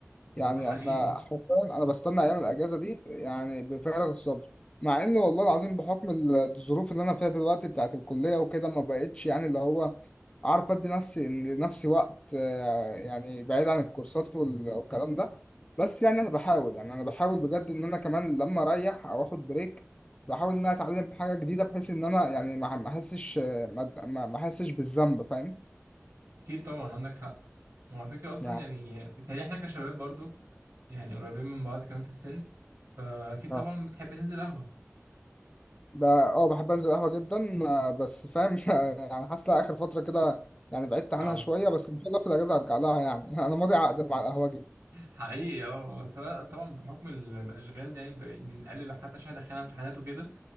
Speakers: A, on the left; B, on the right.
A: يعني
B: يعني.
A: انا حرفيا انا بستنى ايام الاجازه دي يعني بفارغ الصبر مع ان والله العظيم بحكم ال- الظروف اللي انا فيها دلوقتي بتاعت الكليه وكده ما بقتش يعني اللي هو عارف ادي نفسي لنفسي وقت آه، يعني بعيد عن الكورسات وال- والكلام ده بس يعني انا بحاول يعني انا بحاول بجد ان انا كمان لما اريح او اخد بريك بحاول ان انا اتعلم حاجه جديده بحيث ان انا يعني ما ما احسش آه، ما ما ما احسش بالذنب فاهم
B: اكيد طبعا عندك حق وعلى فكره اصلا
A: يعني
B: يعني بيتهيألي احنا كشباب برضو يعني قريبين من بعض كمان في السن فاكيد
A: اه
B: طبعا بتحب تنزل قهوه
A: ب- اه بحب انزل قهوة جدا آه، بس فاهم <laughs> يعني حاسس إن اخر فترة كده يعني بعدت عنها
B: اه
A: شوية بس ان شاء الله في الاجازة ارجع لها يعني <laughs> انا ماضي عقد مع القهوة دي
B: حقيقي اه بس أنا طبعا بحكم الاشغال يعني ب- بنقلل حتى عشان دخلنا امتحانات وكده